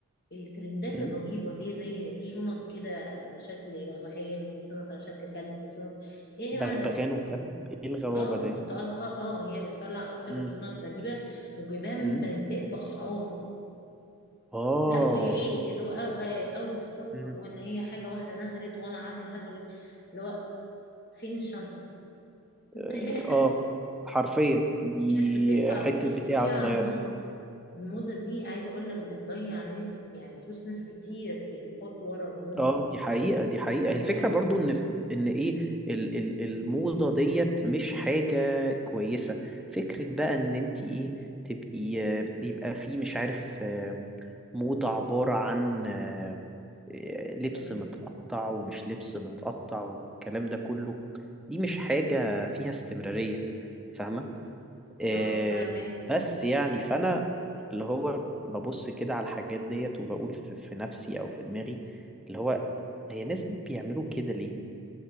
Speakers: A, on the left (about 45°); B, in the centre.
A: الترندات
B: امم
A: الرهيبة اللي هي زي شنط كده على شكل بغبغان وشنط على شكل كلب وشنط ايه يا
B: بغبغان
A: جماعة دوت
B: وكلب ايه الغرابة
A: اه
B: دي
A: دي طالها اه هي بتطلع اكتر
B: امم
A: شنط غريبة وجبان
B: امم
A: براندات بأسعار
B: اه
A: لا وايه اللي هو اوت اوف ستوك
B: امم
A: وان هي حاجة واحدة نزلت وانا قعدت لحد ما جبت اللي هو فين الشنطة <laughs>
B: اه آه، حرفيا دي
A: وفي ناس بتدفع
B: حتة
A: فلوس
B: بتاعة
A: كتير
B: صغيرة
A: على الموضة الموضة دي عايزة اقول لك بتضيع ناس يعني فلوس ناس كتير بيحطوا ورا الموضة
B: اه دي حقيقة دي حقيقة الفكرة
A: اه
B: برضو ان ان ايه ال ال الموضة ديت مش حاجة كويسة فكرة بقى ان انت ايه تبقي آه، يبقى في مش عارف آه، موضة عبارة عن آه، آه، لبس
A: اه
B: متقطع ومش لبس متقطع والكلام ده كله دي مش حاجة فيها استمرارية فاهمة آه،
A: آه، فاهمة
B: بس يعني فانا اللي هو ببص كده على الحاجات ديت وبقول في في نفسي او في دماغي اللي هو هي الناس دي بيعملوا كده ليه